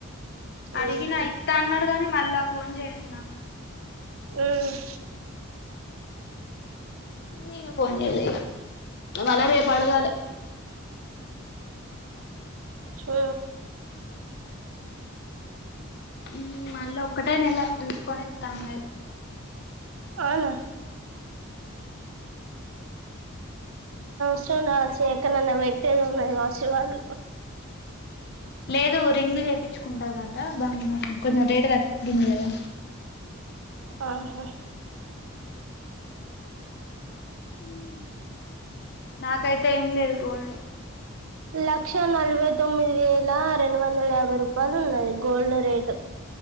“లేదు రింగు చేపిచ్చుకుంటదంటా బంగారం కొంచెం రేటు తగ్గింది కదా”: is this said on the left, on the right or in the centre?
Left